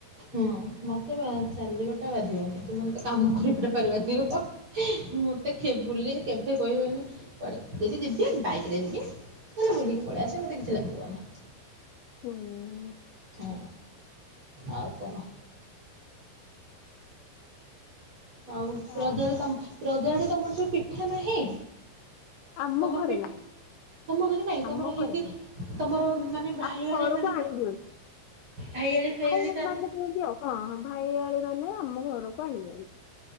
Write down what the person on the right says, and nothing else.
ହୁଁ ମତେ ଚାଲିବାଟା ବାଧିବନି କିନ୍ତୁ ମତେ କାମ କରିବାଟା ଭାରି ବାଧିବ। ମଁତେ ବୁଲି କେବେ କହିବନି କୁଆଡେ ଯଦି ଯିବି ବାଇକରେ ଯିବି। ତାହଲେ ବୁଲିକି ପଲେଇ ଆସିବା ମତେକିଛି ଲାଗିବନି।
ହୁଁ ଆଉ କଣ? ଆଉ
ରଜରେ ତମେ ରଜ ଆଡେ ତମର ସବୁ ପିଠା ନାହିଁ।
ତମର
ପିଠା
ତମ ଘରେ ନାଇଁ ତମର
ସେମତି
ତମର ମାନେ ଭାଇ
ଆଳି
ମାନେଙ୍କର
ଭାଇଆଲି ଫାଇଆଲି
କାହା